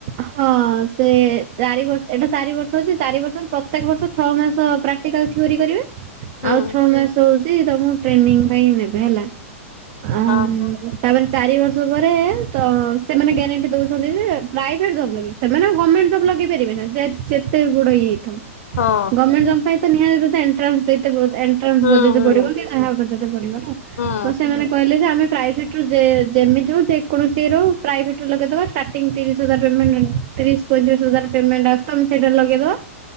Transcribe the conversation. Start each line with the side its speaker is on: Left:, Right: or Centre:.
Right: ହଁ, ସେ ଚାରି ବର୍ଷ ଏଇଟା ଚାରି ବର୍ଷ ଅଛି ଚାରି ବର୍ଷରୁ ପ୍ରତ୍ୟେକ ବର୍ଷ ଛଅ ମାସ ପ୍ରେକଟିକାଲ ଥିଓରୀ କରିବେ,
Left: ହୁଁ।
Right: ଆଉ ଛଅ ମାସ ହଉଛି ତମକୁ ଟ୍ରେନିଂ ପାଇଁ ନେବେ ହେଲା। ଆ ମମ
Left: ଓହୋ।
Right: ତାପରେ ଚାରି ବର୍ଷ ପରେ ତ ସେମାନେ ଗ୍ୟାରେଣ୍ଟି ଦଉଛନ୍ତି ଯେ- ପ୍ରାଇଭେଟ୍ ଜବ୍ ଲାଗି, ସେମାନେ ଗର୍ଣ୍ଣମେଣ୍ଟ ଜବ୍ ଲଗେଇ ପାରିବେନା, ଯେ ଯେତେ ବଡ ଇଏ ହେଇଥାଉ।
Left: ହଁ।
Right: ଗଭର୍ଣମେଣ୍ଟ ଜବ୍ ପାଇଁ ତ ନିହାତି ଏଣ୍ଟ୍ରାନ୍ସ ଦେଇଥିବ ଏଣ୍ଟ୍ରାନ୍ସ
Left: ହୁଁ
Right: ବଜେଇତେ
Left: ହୁଁ।
Right: ପଡିବ କି ଯାହା ବଜେଇତେ ପଡିବ,
Left: ହୁଁ।
Right: ତ ସେମାନେ କହିଲେ ଯେ ଆମେ ପ୍ରାଇଭେଟ୍ ରୁ ଯେ ଯେମିତି ହଉ ଯେକୌଣସି ର ପ୍ରାଇଭେଟ୍ ରୁ ଲଗେଇଦବା ଷ୍ଟାର୍ଟିଂ ତିରିଶ ହଜାର ପେମେଣ୍ଟ ତିରିଶ ପଇଁତିରିଶ ହଜାର ପେମେଣ୍ଟ ଆସ ତମ୍ ସେଇଟାରେ ଲଗେଇଦବ।